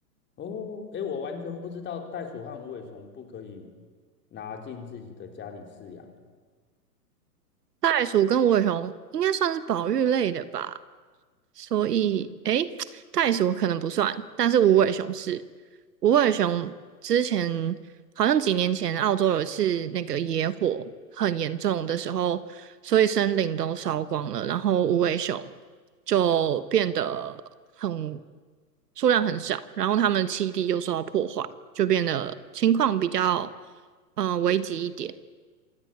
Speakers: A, on the left; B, on the right.
A: 哦，哎，我完全不知道袋鼠和无尾熊不可以拿进自己的家里饲养。
B: 袋鼠跟无尾熊应该算是保育类的吧。所以，诶，袋鼠可能不算，但是无尾熊是。无尾熊之前好像几年前，澳洲有一次那个野火很严重的时候，所以森林都烧光了，然后无尾熊就变得很数量很少，然后它们的栖地又受到破坏，就变得情况比较嗯、呃危急一点。